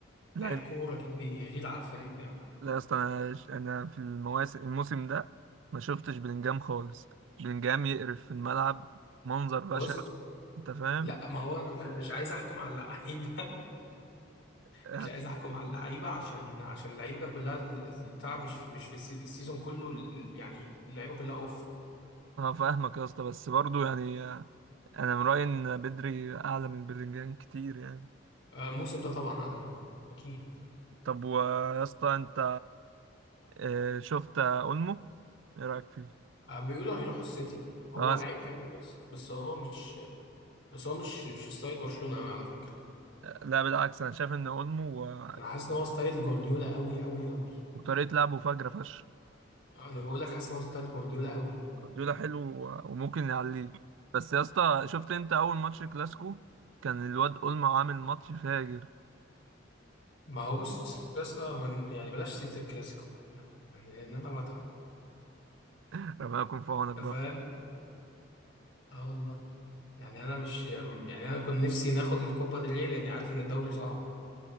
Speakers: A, on the right; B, on the left.
A: لاعب
B: لعيب كوره كده بيغير على الفريق بتاعه
A: لا يا اسطى انا انا في المواسم الموسم ده ما شفتش بلينجهام خالص بلينجهام يقرف في الملعب منظر بشع
B: بص
A: انت فاهم
B: لا ما هو انا م- مش عايز احكم على اللعيبه <laughs>
A: انا
B: مش عايز احكم على اللعيبه عشان عشان اللعيبه كلها ال- ال- بتاع مش في مش في السي- السيزون كله ال- يعني اللعيبه كلها اوف
A: فاهمك يا اسطى بس برضو يعني انا من رايي ان بدري اعلى من بلينجهام كتير يعني
B: آه، الموسم ده طبعا اعلى منه اكيد
A: طب ويا اسطى انت آه، شفت اولمو ايه رايك فيه
B: آه، بيقولوا هيروحوا السيتي هو
A: اه
B: لعيب
A: س-
B: حلو بس بس هو مش بس هو مش مش ستايل برشلونه قوي على فكره
A: لا بالعكس انا شايف ان اولمو آه،
B: انا حاسس ان هو ستايل جوارديولا قوي قوي قوي
A: وطريقه لعبه فجره فشخ
B: انا بقول لك حاسس ان هو ستايل جوارديولا قوي
A: جوارديولا حلو و- وممكن يعليه بس يا اسطى شفت انت اول ماتش كلاسيكو كان الواد اولمو عامل ماتش فاجر
B: ما هو بص يا اسطى من- يعني بلاش سيره الكلاسيكو يعني لان انا بتعب
A: <laughs> ربنا يكون في عونك برضه
B: أنت فاهم اه والله يعني انا مش يعني انا كنت نفسي ناخد الكوبا ديل ري لاني عارف ان الدوري صعب